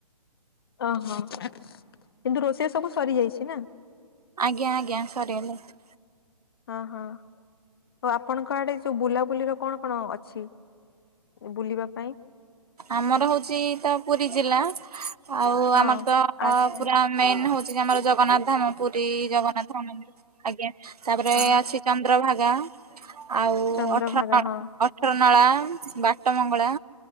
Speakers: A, on the left; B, on the right.
A: ଓହୋ, କିନ୍ତୁ ରୋଷେଇ ସବୁ ସରି ଯାଇଚି ନା?
B: ଆଜ୍ଞା, ଆଜ୍ଞା, ସରିଗଲାଣି।
A: ହଁ ହଁ, ଓ ଆପଣଙ୍କ ଆଡେ ଯୋଉ ବୁଲାବୁଲିର କଣ କଣ ଅଛି? ବୁଲିବା ପାଇଁ?
B: ଆମର ହଉଚି ତ ପୁରୀ ଜିଲ୍ଲା। ଆଉ
A: ହଁ
B: ଆମର ତ,
A: ଆଚ୍ଛା
B: ପୁରା ମେନ ହଉଚି କି, ଆମର ଜଗନ୍ନାଥ ଧାମ। ପୁରୀ ଜଗନ୍ନାଥ ମନ୍ଦିର, ଆଜ୍ଞା, ତାପରେ
A: ହଁ
B: ଅଛି ଚନ୍ଦ୍ରଭାଗା। ଆଉ
A: ଚନ୍ଦ୍ରଭାଗା
B: ଅଠର ନଳା,
A: ହଁ
B: ଅଠର ନଳା, ବାଟ ମଙ୍ଗଳା।